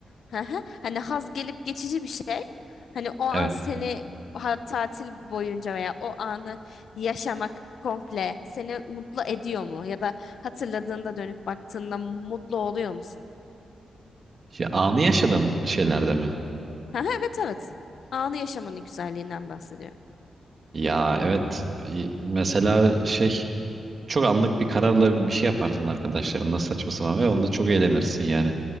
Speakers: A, on the left; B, on the right.
A: Hı hı. Hani haz gelip geçici bir şey. Hani o an
B: evet.
A: seni ha- tatil boyunca veya o anı yaşamak komple seni mutlu ediyor mu? Ya da hatırladığında dönüp baktığında mutlu oluyor musun?
B: Ya, anı yaşadım şeylerde mi?
A: Hı hı, evet evet. Anı yaşamanın güzelliğinden bahsediyorum.
B: Ya evet. Y- Mesela şey çok anlık bir kararla bir şey yaparsın arkadaşlarınla saçma sapan ve onda çok eğlenirsin yani.